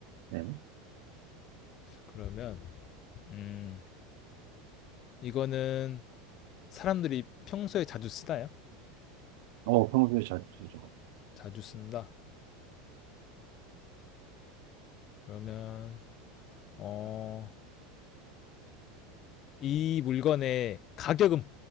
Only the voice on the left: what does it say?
그러면 음, 이거는 사람들이 평소에 자주 쓰나요?
자주 쓴다. 그러면 어, 이 물건의 가격은